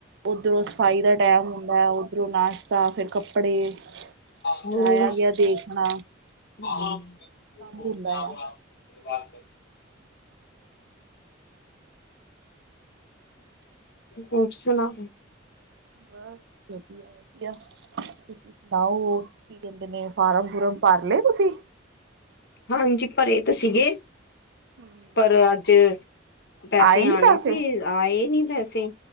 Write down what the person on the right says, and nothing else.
ਓਧਰੋਂ ਸਫ਼ਾਈ ਦਾ ਟੈਮ ਹੁੰਦਾ ਏ, ਓਧਰੋਂ ਨਾਸ਼ਤਾ, ਫਿਰ ਕੱਪੜੇ। ਕੱਪੜੇ ਫਿਰ,
ਆਇਆ ਗਿਆ ਦੇਖਣਾ।
ਸਭ ਹੁੰਦਾ ਆ
ਬਸ, ਵਧੀਆ- ਵਧੀਆ। ਸੁਣਾਓ ਕੀ ਕਹਿੰਦੇ ਨੇ, ਫਾਰਮ -ਫੁਰਮ ਭਰ ਲਏ ਤੁਸੀਂ?
ਹਮ
ਆਏ ਨੀ
ਪੈਸੇ